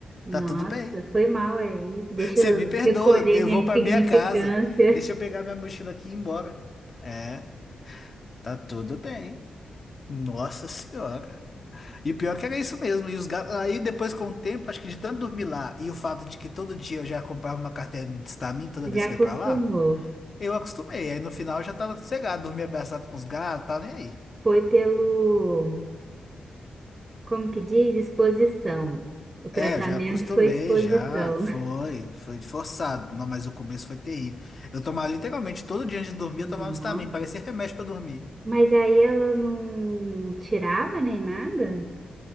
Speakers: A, on the right (about 30°); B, on the left (about 40°).
A: nossa,
B: Tá tudo bem.
A: foi mal aí. Deixa
B: Você
A: eu
B: me perdoa,
A: recolher
B: eu
A: minha
B: vou
A: insignificância.
B: pra minha casa. Deixa eu pegar minha mochila aqui e ir embora. É, tá tudo bem. Nossa senhora. E o pior que era isso mesmo. E os ga- Aí depois, com o tempo, acho que de tanto dormir lá e o fato de que todo dia eu já comprava uma cartelinha de Stamin toda
A: Já
B: vez
A: acostumou.
B: que eu ia pra lá, eu acostumei. Aí no final eu já tava sossegado, dormia abraçado com os gatos, tá nem aí.
A: Foi pelo, como que diz? Exposição. O tratamento
B: É, eu já acostumei,
A: foi exposição.
B: já. Foi, foi forçado. Não, mas o começo foi terrível. Eu tomava literalmente todo dia antes de dormir,
A: <laughs>
B: eu tomava
A: Nossa.
B: Stamin, parecia remédio pra dormir.
A: Mas aí ela não tirava nem nada?